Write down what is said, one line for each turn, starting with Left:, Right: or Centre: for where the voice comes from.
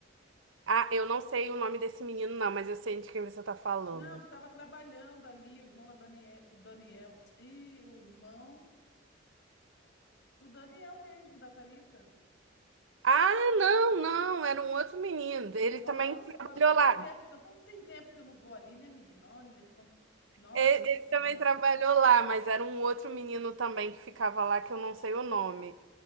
Right: Ah, eu não sei o nome desse menino, não, mas eu sei de quem você tá falando.
Left: Não, que tava trabalhando ali, o irmão da Daniel, do Daniel. <tsk> E o irmão do Daniel mesmo, da Thalita.
Right: Ah, não, não, era um outro menino. Ele
Left: Nossa,
Right: também trabalhou
Left: passou foi
Right: lá.
Left: tempo, então, então tem tempo que eu não vou ali, né, menina? Olha, quant- Nossa
Right: Ele, ele
Left: Senhora.
Right: também trabalhou lá, mas era um outro menino também que ficava lá que eu não sei o nome.